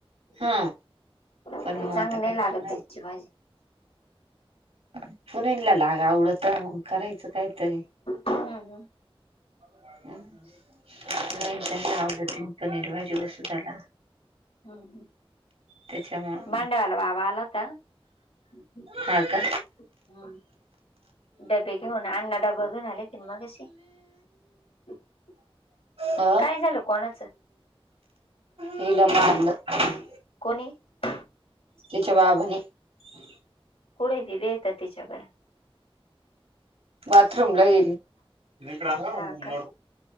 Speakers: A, on the right (about 80°); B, on the left (about 75°).
A: हा पण
B: ते
A: मग
B: चांगली
A: आता काय
B: नाही लागत
A: करणार
B: त्याची भाजी
A: <inaudible> पुणेनला लाग आवडत मग करायचं काहीतरी
B: हं, हं.
A: <inaudible> हम् नाही आव तन पनीर भाजी वस्तू झाला.
B: <inaudible> हम्म
A: त्याच्यामुळं
B: भांडवाला
A: मग
B: बाबा आला होता? <inaudible>
A: हा का
B: हम्म. डबे घेऊन अण्णा डबा घेऊन मंगासी <inaudible> <inaudible>
A: अ
B: काय झालं कोणाचं?
A: <inaudible> हिला मारलं.
B: कोणी? <inaudible>
A: तिच्या बाबाने. <inaudible>
B: कुठं ती देतात तिच्याकडं
A: बाथरूम ला गेली. <unintelligible>
B: हा का